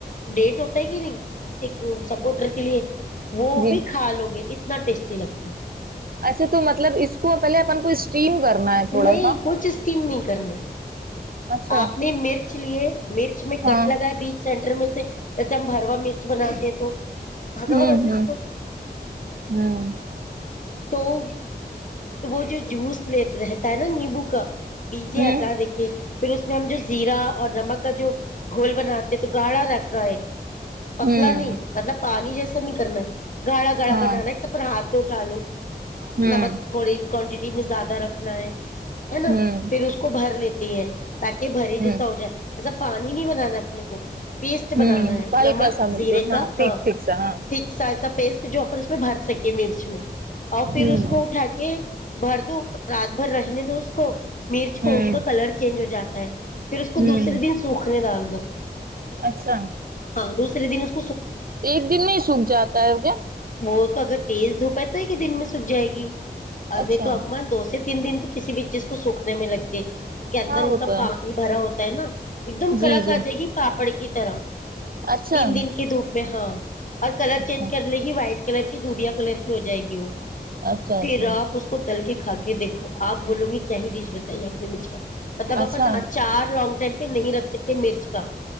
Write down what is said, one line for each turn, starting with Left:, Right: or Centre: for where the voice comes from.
Left: ڈیٹ ہوتا ہے کہ نہیں ایک سپورٹر کے لیے وہ
Right: جی
Left: بھی کالو گئے انے کتنا ٹیسٹی لگتا ہے
Right: اچھا تو مطلب اس کو پہلے اپن کو اسٹیم کرنا ہے تھوڑا
Left: نہیں
Right: سا
Left: کچھ اسکم نہیں کرن
Right: اچھا
Left: آپ نے مرچ چ لیے مرچ میں
Right: ہاں
Left: کٹ لگا ہے بیچ سینٹر میں سے جیسے ہم ہروا مرچ بناتے ہیں تو بھگاؤ
Right: ہوں
Left: بس
Right: ہوں
Left: اس کو
Right: ہوں <unintelligible>
Left: تو <unintelligible> تو وہ جو جوس لی رہتا ہے نا نیمبو کا بیجے
Right: ہوں
Left: ہٹا دے کے پھر اس میں ہم جو زیرا اور نمک کا جو گھول بناتے ہیں تو گاڑھا رکھ رہا ہے <unintelligible> پتلا
Right: ہوں
Left: نہیں مطلب پانی جیسے ایسا نہیں کرنا ہے <unintelligible> گاڑا گاڑا
Right: ہاں
Left: بنانا ہے اپھر ہات ن <unintelligible> چالو <unintelligible>
Right: ہوں <unintelligible>
Left: تھوڑی کوانٹیٹی میں زیادہ رکھنا ہے نا
Right: ہوں
Left: پھر اس کو بھر لیتی ہے تاکہ بھرے جیسا
Right: ہوں
Left: ہو جائے <unintelligible> ایا پانی نہیں بنانا <unintelligible> اپنے کو پیسٹ بنانا
Right: ہوں
Left: ہے
Right: ہلکا
Left: نمک
Right: سا
Left: زیرے
Right: بالکل
Left: کا
Right: ٹھیک
Left: ہاں
Right: ٹھیک سا ہاں
Left: تھک سز <unintelligible> ا پیسٹ جو اپ اس میں بھر سکے مرچ میں اور پھر
Right: ہوں
Left: اس کو اٹھا کے بھر دو رات بھر رہنے دو اس کو <unintelligible> مرچ
Right: ہوں
Left: کو اس کا کلر چینج ہو جاتا ہے پھر اس کو
Right: ہوں
Left: دوسے دن سوکھنے ڈال دو
Right: اچھا
Left: ہاں دوس سرین <unintelligible>
Right: ایک دن میں سوکھ جاتا ہے کیا
Left: وہ تو اگر تیز دھوپ ہے تو ایک ہی دن میں سکھ جائے گی <unintelligible> ا
Right: اچھا
Left: نہیں تو عمان دو سے تین دن تو کسی بھی چیز کو سوکھنے میں لگتی <unintelligible> کے اندر
Right: ہاں
Left: ان
Right: وہ
Left: کا
Right: تو
Left: پانی
Right: ہے
Left: بھرا ہوتا ہے نا ایک دم کڑک
Right: جی جی
Left: آ جائے گی پاپڑ کی ترم <unintelligible>
Right: اچھا
Left: تین دن کی دھوپ میں ہاں <unintelligible> ہ <unintelligible> اور کلر
Right: اچھا
Left: چینج کرے گی وائٹ کلر کی دوددھیا کلر کی <unintelligible> کی ہو جائے گی وہ <unintelligible>
Right: اچھا
Left: پھر
Right: اچھا <unintelligible>
Left: آپ اس کو تل کے کھ کے دیکھو آپ <unintelligible> بولو گی کیا ہی ڈیچ بتائیے آپ <unintelligible> نمیچ کا <unintelligible> مطلب
Right: اچھا
Left: اپنا چار لونگ نہیں رکھ سکتے مرچ کا